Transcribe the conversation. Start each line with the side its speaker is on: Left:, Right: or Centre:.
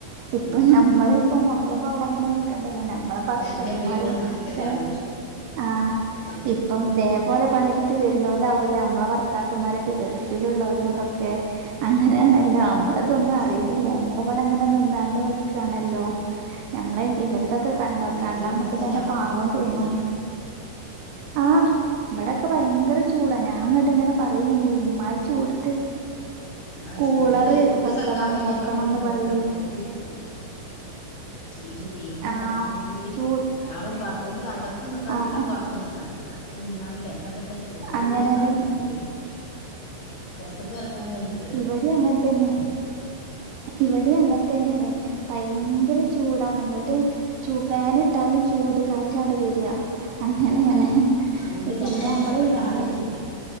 Right: ഇപ്പൊ
Left: ഉം
Right: ഞമ്മള്. ഇപ്പം ഞമ്മളിപ്പോ അവിടങ്ങനെ നിക്കണ്ടല്ലൊ ഞമ്മിളപ്പസ്
Left: പെരന്റെ
Right: മ്മാരും
Left: ഉള്ളിലിങ്ങനെ നിന്നിട്ടല്ലേ
Right: എ
Left: നമ്മള്
Right: ആ
Left: ചൂടത്തൊക്കെ
Right: ഇപ്പോ ദേ പോലെ പണി യെടുത്ത് വരുന്നോലാവുവല്ലോ നമ്മളെ ഭർത്താക്കന്മാരൊക്കെ ഗൾഫിലുള്ളോലും ഇതൊ ക്കെ അങ്ങനെയാണല്ലോ
Left: അതെ
Right: അമ്മളിതൊന്നും
Left: ആ അതന്നെ
Right: അറിയുന്നില്ല. നമ്മളിവടങ്ങനെ നിന്നാണ്ട് നിക്കാണല്ലോ നമ്മെളെ ഇവരതൊക്കെ കൺ
Left: ഉള്ളില്
Right: കണ്ടാ അമ്മക്കുതന്നെ
Left: നിന്നിട്ടാ ഞമ്മക്ക്
Right: പാവം തോന്നും
Left: ഉം
Right: ആഹ്. ഇബടൊക്കെ ഭയങ്കര ചൂടാ ഞാൻ അങ്ങോട്ടിങ്ങനെ പറയേനി ഇമ്മാരി ചൂടത്ത്
Left: ആഹ്
Right: കൂളറ്
Left: ചൂടിന്റെ ചൂട്
Right: വെക്കണം
Left: സഹിക്കാൻ കയ്യാഞ്ഞിട്ടെന്നെപ്പൊ
Right: വെക്കണംന്ന് പറയേനി
Left: ഇവിടെ കുടുക്കണത് ഈ ചു വെയിലിങ്ങട്ടായില്ലെങ്കില്
Right: ആഹ് ചൂ
Left: രാവും പകലും അകത്ത് നിക്കാൻ
Right: ആഹ്
Left: കയ്യൂല പൊറത്ത് നിക്കാൻ കയ്യൂല അകത്ത് നിന്നാലും ഫേനൊക്കെ ചൂട്
Right: അങ്ങനെയാണ്
Left: കാറ്റിങ്ങോട്ട് വെരും പൊറത്തുക്ക് എറങ്ങാനും കയ്യുല.
Right: ഇവിടെ അങ്ങനെതന്നെ ഇവിടെ അങ്ങനെ തന്നെയാണേ ഭയങ്കര ചൂടാണ് ഇങ്ങട്ട് ചൂ പാന് ഇട്ടാലും ചൂട് കാറ്റാണ് വരിക അങ്ങനെയാണ്.
Left: റൂമില്
Right: പിന്നെ
Left: രണ്ടു ഫാനൊക്കെ
Right: നമ്മള്
Left: ഇട്ടാലും
Right: ഞാന്
Left: ചൂടാ